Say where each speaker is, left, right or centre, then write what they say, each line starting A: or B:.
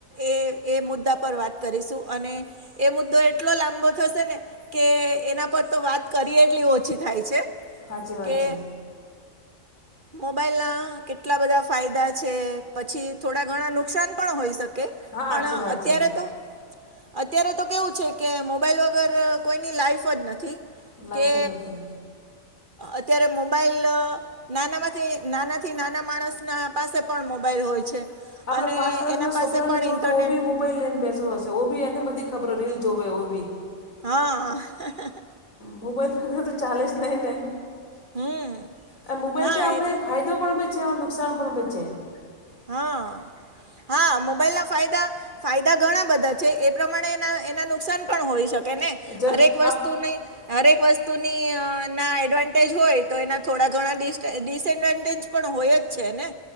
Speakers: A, on the right; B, on the left.
A: એ એ મુદ્દા પર વાત કરીશું અને એ મુદ્દો એટલો લાંબો થશે ને કે એના પર તો વાત કરીએ એટલી ઓછી થાય છે.
B: સાચી વાત
A: કે
B: છે
A: મોબાઈલના કેટલા બધા ફાયદા છે પછી થોડા ઘણા નુકસાન પણ હોઈ શકે.
B: હા સાચી
A: પણ
B: વાત
A: અત્યારે
B: છે
A: તો અત્યારે તો કેવું છે કે મોબાઈલ વગર કોઈની લાઈફ જ નથી.
B: લાઈફ
A: કે
B: જ નથી
A: અત્યારે મોબાઈલ નાના માંથી નાનાથી નાના માણસ ના પાસે પણ મોબાઈલ હોય છે.
B: આપણે
A: અને
B: પાંચ વર્ષના
A: એના પાસે
B: છોકરા
A: પણ
B: ને જો
A: ઇન્ટરનેટ
B: તો ઓ બી મો મોબાઈલ લઈને બેસો હશે વોબી એને બધી ખબર રીલ જોવેય વોબી
A: હા હેહેહે.
B: મોબાઈલ વગર તો ચાલે જ નહી ને.
A: હમ
B: આ મોબાઈલ
A: હા
B: થી આપને
A: એટલે
B: ફાયદો પણ બી છેે નુકસાન પણ છેે. <inaudible>
A: હા હા મોબાઈલના ફાયદા ફાયદા ઘણા બધા છે એ પ્રમાણે એના એના નુકસાન પણ હોય શકે ને
B: જ
A: હરેક વસ્તુને
B: આપ
A: હરેક વસ્તુની અ ના એડવાન્ટેજ હોય તો એના થોડા ઘણા ડિસ ડીસ એડવાન્ટેજ પણ હોય જ છે ને.